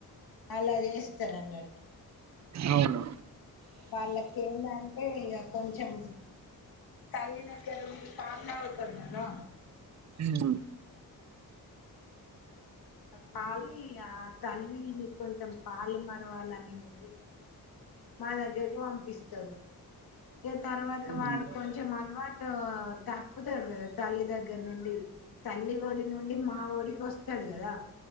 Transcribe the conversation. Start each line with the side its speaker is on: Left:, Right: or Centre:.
Left: అలా చేస్తరు అన్నట్టు
Right: అవును
Left: వాళ్ళకి ఏందంటే ఇక కొంచెం తల్లి దగ్గరుండి పాలు తాగు తరుకదా
Right: హ్మ్
Left: ఆ పాలి ఆ తల్లిని కొంచెం పాలు మరవాలనే ఉద్దేశంగా మా దగ్గరికి పంపిస్త స్తారు ఇగ తర్వాత
Right: మ్మ్.
Left: వాడు కొంచెం అలవాటు టు తప్పుతడు కదా తల్లి దగ్గర నుండి తల్లి డి నుండి మా డికి వస్తాడు కదా